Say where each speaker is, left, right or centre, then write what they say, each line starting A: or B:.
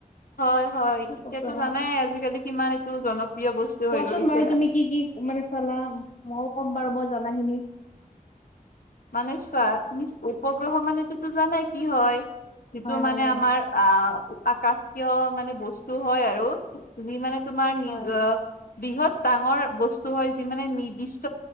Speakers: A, on the left; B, on the left.
A: হয় হয়
B: উপগ্ৰহ
A: এতিয়াতো জানাই আজিকালি কিমান এইটো জনপ্ৰিয়। বস্তু
B: কোৱাচোন
A: হৈ গৈছে
B: বাৰু তুমি কি কি মানে চলা মইো ক'ম বাৰু মই। কাহিনী।
A: মানে চোৱা তুমি উপগ্ৰহ মানেতো জানাই কি হয়? যিটো
B: হয় হয়
A: মানে
B: জানো।
A: আমাৰ আহ আকাশীয় মানে বস্তু হয় আৰু যি মানে তুমাৰ নিজ
B: হয়
A: বৃহৎ ডাঙৰ বস্তু হয় যি মানে নিৰ্দিষ্ট